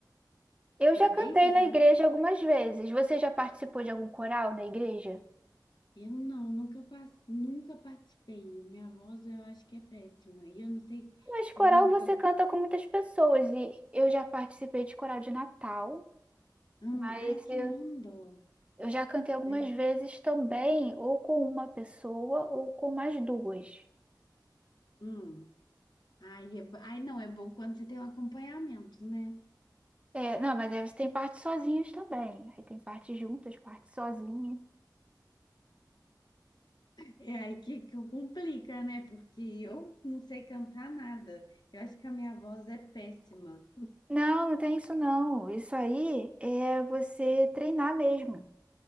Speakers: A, on the right; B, on the left.
A: Eu
B: também?
A: já cantei
B: Você
A: na
B: sabe?
A: igreja algumas vezes. Você já participou de algum coral na igreja?
B: Eu não, nunca, pas- nunca participei. Minha voz eu acho que é péssima. E eu não sei.
A: Mas coral
B: Eu,
A: você
B: eu,
A: canta com muitas pessoas e eu já participei de coral de Natal.
B: hum,
A: Mas
B: ai, que
A: eu
B: lindo!
A: Eu já cantei algumas
B: né?
A: vezes também, ou com uma pessoa, ou com mais duas.
B: Hum. Aí, é, bo- aí não é bom quando você tem um acompanhamento, né?
A: É, não, mas aí você tem partes sozinhas também. Aí tem partes juntas, partes sozinhas.
B: É aí que, que complica, né? Porque eu não sei cantar nada. Eu acho que a minha voz é péssima.
A: Não, não tem isso não. Isso aí é você treinar mesmo.